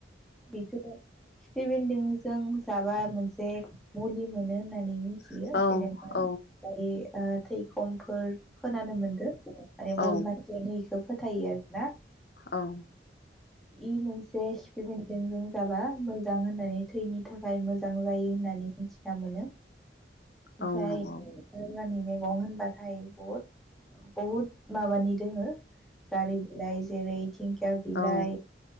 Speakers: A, in the centre; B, on the left (about 60°).
A: बेखौ खिफि बेन्दोंजों जाबा मोनसे मुलि मोनो होननानै मि थियो
B: औ
A: जेनेबा <unintelligible> ओ थै खमफोर खोनानो मोनदो माने बहुत
B: औ
A: मानसियानो इ बेखौ फोथायो आरो ना
B: औ
A: इ मोन से खिफि बेन्दोंजों जाबा मोजां होननानै थैनि थाखाय मोजां जायो होननानै मिथिना मोनो ओमफ्राय
B: औ नंगौ
A: आग्लानि मैगं गं होनबाथाय बहुद बहुद माबानि दोङो जारि बिलाइ जेरै खि दिंखिया बिलाइ
B: औ